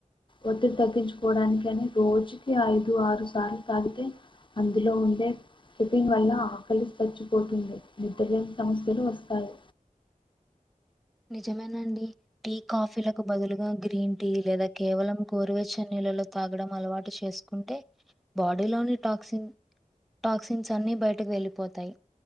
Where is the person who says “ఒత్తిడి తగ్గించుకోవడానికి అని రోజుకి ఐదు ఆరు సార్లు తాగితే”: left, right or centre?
Left